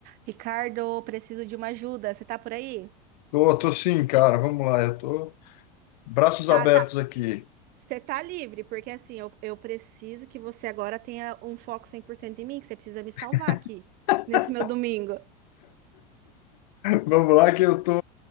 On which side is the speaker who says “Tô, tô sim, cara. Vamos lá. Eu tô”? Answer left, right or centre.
Left